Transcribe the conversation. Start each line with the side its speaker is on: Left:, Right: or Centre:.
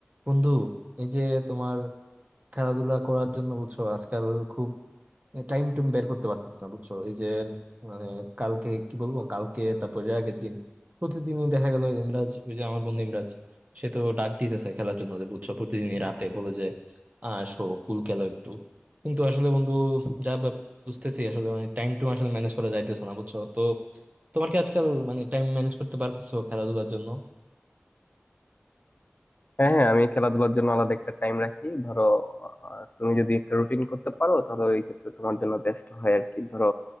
Right: বন্ধু এই যে তোমার খেলাধুলা করার জন্য বুঝছো আজকাল খুব টাইম টুম বের করতে পারতেছি না বুঝছো এই যে মানে কালকে কি বলবো কালকে তারপর এর আগের দিন প্রতিদিনই দেখা গেল ইমরাজ ওই যে আমার বন্ধু ইমরাজ সে তো ডাক দিতেছে খেলার জন্য যে বুঝছো প্রতিদিনই রাতে বলে যে "আহ, আসো পুল খেলো একটু কিন্তু আসলে বন্ধু যা ভাব- বুঝতেছি আসলে মানে টাইম টুম আসলে ম্যানেজ করা যাইতেছে না বুঝছো তো তোমার কি আজকাল মানে টাইম ম্যানেজ করতে পারতেছো খেলাধুলার জন্য
Left: হ্যাঁ হ্যাঁ আমি খেলাধুলার জন্য আলাদা একটা টাইম রাখি ধরো আহ, তুমি যদি একটা রুটিন করতে পারো তাহলে ওই ক্ষেত্রে তোমার জন্য বেস্ট হয় আর কি ধরো